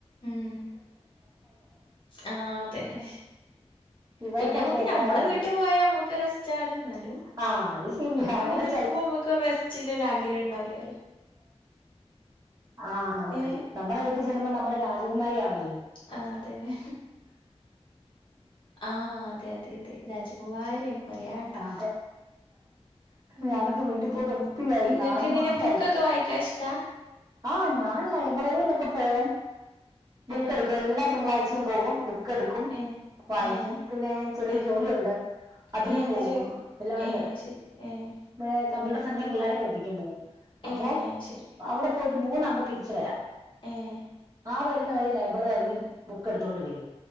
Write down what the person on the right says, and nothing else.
ഇവർക്കൊക്കെ
എന്നാ
പറഞ്ഞാല്
ആഹ് അത് ശരിയാ
അവിടെ
ചെല്ല
ആഹ് നടക്കില്ല
നമ്മ്ടെ വീട്ടി ചെല്ലുമ്പൊ നമ്മള് രാജകുമാരിയാണല്ലൊ
അതെ
ഞാനൊക്കെ വീട്ടിൽ പോയിട്ട്
ഒത്തിരിയായി
നാലു
മാസായി
ആഹ് ഞാൻ ലൈബ്രറീലൊക്കെ പോവും ബുക്കെട്ക്കും
എല്ലാ
തിങ്കളാഴ്ചയും
പോവും ബുക്ക് എടുക്കും
വായിക്കും
പിന്നേ ചെറിയൊരു
ജോലി അതിന്
പോകും
എല്ലാണ്ട്
ഏ കമ്പ്യൂട്ടർ സെന്ററിൽ പിള്ളാരെ പഠപ്പിക്ക പോവും അപ്പൊ
അവ്ടെ പോയിട്ട് മൂന്നാവുമ്പൊ തിരിച്ച് വരാ
ആഹ് വരുന്ന വഴി ലൈബ്രറി എറങ്ങി ബുക്ക് എട്ത്തോണ്ട് വരും